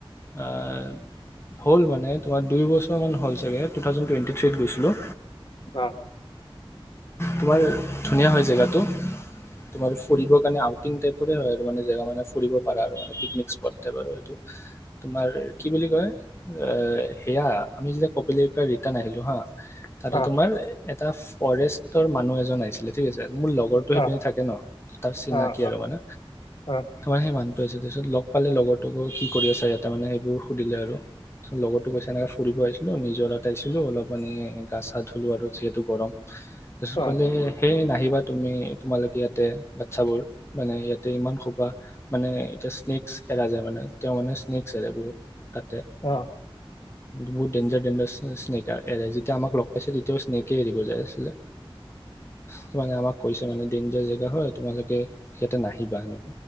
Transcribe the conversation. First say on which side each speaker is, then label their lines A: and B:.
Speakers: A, on the left; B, on the left.
A: অঁ হ'ল মানে তোমাৰ দুই বছৰ মান হ'ল চাগে। থাউজেণ্ড টুৱেণ্টি থ্ৰীত গৈছিলোঁ?
B: অহ
A: তোমাৰ ধুনীয়া হয় জেগাতটো তোমাৰ ফুৰিবৰ কাৰণে আ। তিনিটাকে হয় আৰু মানে জাগাতো মানে। কৰিব পাৰে আৰু মানে পিকনিক। স্পট টাপৰ হয় বাৰু এইটো। তোমাৰ কি বুলি কয় এ সেয়া আমি যেতিয়া কপিলি পৰা ৰিটাৰ্ণ আহিলো হাঁ।
B: অহ
A: তাতে
B: অহ
A: তোমাৰ এটা ফৰেষ্টৰ মানুহ এজন আহিছিলে ঠিক আছে মোৰ লগৰটো সেইপিনি
B: অহ
A: থাকে ন তাৰ চিনাকি
B: অহ
A: আৰু মানে।
B: অহ অহ অহ
A: সেই মানটো আছে তাৰ পিছত লগ পালে লগৰ তোক কি কৰি আছে ইয়াতে মানে? সেইবোৰ সুধিলে আৰু তাৰপাছত লগতো কৈছে এনেকৈ ফুৰিব আহিছিলোঁ নিজৰা ত আছিলো অলপ মানে গা চা ধুলোঁ আৰু যিহেতু? ইয়াতো গৰম। তাৰপিছত
B: অহ
A: কলে সেই নাহিবা তুমি তোমালোকে ইয়াত? বাচ্ছাবোৰ? মানে ইয়াতে ইমান চোকা। মানে এতিয়া স্নেক্ছ এৰা যায় মানে তেওঁ মানে স্নেকছ এৰে বহুত। তাতে
B: অহ অহ
A: বহুত ডেঞ্জাৰ ডেঞ্জাৰ স্নেকাৰ এৰে যেতিয়া আমাক লগ পাইছে তেতিয়াও স্নেকে এৰিব যায় আছিলে ত মানে আমাক কৈছে মানে ডেঞ্জাৰ জেগা হয় তোমালোকে ইয়াতে নাহিবানো?